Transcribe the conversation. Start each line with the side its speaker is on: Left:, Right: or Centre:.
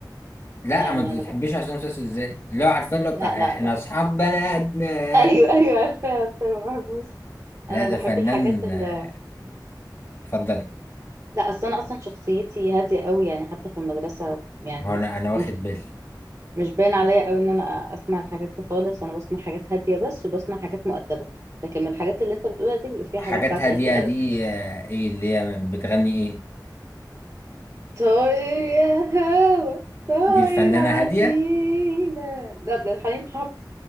Left: لا
Right: يعني
Left: ما
Right: أنا
Left: تحبيش
Right: بح...
Left: عصام صاصا ازاي اللي هو عارفاه اللي هو بتاع
Right: لا لا
Left: احنا
Right: لا
Left: اصحاب بلدنا
Right: أيوة أيوة عارفة عارفة ما بحبوش
Left: لا
Right: أنا
Left: ده
Right: بحب
Left: فنان
Right: الحاجات اللي
Left: آه، اتفضلي
Right: لا أصل أنا أصلا شخصيتي هادية قوي يعني حتى في المدرسة يعني
Left: هو انا انا واخد
Right: مش
Left: بالي
Right: مش باين عليا قوي ان انا اسمع الحاجات دي خالص انا بسمع حاجات هاديه بس وبسمع حاجات مؤدبه لكن من الحاجات اللي انت بتقولها دي بيبقى فيها
Left: حاجات
Right: حاجات ساعات
Left: هاديه
Right: قلة الادب
Left: دي آه، ايه اللي هي بتغني ايه
Right: طاير يا هوا طاير
Left: دي الفنانه
Right: على
Left: هاديه
Right: المينا ده عبد الحليم حافظ